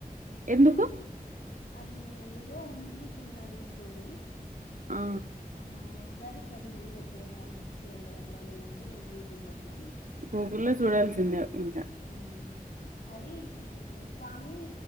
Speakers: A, on the right (about 55°); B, on the left (about 80°).
A: ఎందుకు
B: అది ఏదో ఉంది చిన్నది స్టోరీ
A: ఆ
B: ఆ ఒకసారి చదువు ఎక్కడైనా బుక్స్లలో అట్లా లేదంటే గూగుల్ లో అట్లా
A: గూగుళ్ళో చూడాల్సిందే ఇంకా
B: ఉమ్ అది మ్ స్వామి